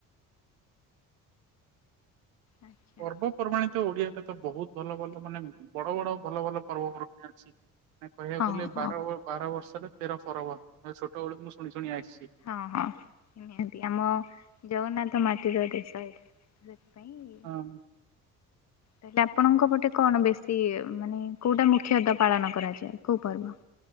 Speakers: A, on the left (about 35°); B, on the right (about 65°).
A: ଆଚ୍ଛା
B: ପର୍ବପର୍ବାଣୀ ତ ଓଡିଆରେ ତ ବହୁତ ଭଲ ଭଲ ମାନେ ବଡ ବଡ ଭଲ ଭଲ ପର୍ବପର୍ବାଣିୀ ଅଛି। କହିବାକୁ
A: ହଁ
B: ଗଲେ ବାର ବାର ବର୍ଷରେ ତେର ପରରବ ଛୋଟ ବେଳକୁ ମୁଁ ଶୁଣି ଶୁଣି ଆସିଛି।
A: ହଁ ହଁ ନି ନିହାତି ଆମ ଜଗନ୍ନାଥ ମାଟିର ଦେଶ ଏଇଟା ସେଥିପାଇଁ
B: ହଁ।
A: ତାଲେ ଆପଣଙ୍କ ପଟେ କଣ ବେଶୀ ମାନେ କୋଉଟା ମୁଖ୍ୟତଃ ପାଳନ କରାଯାଏ କୋଉ ପର୍ବ?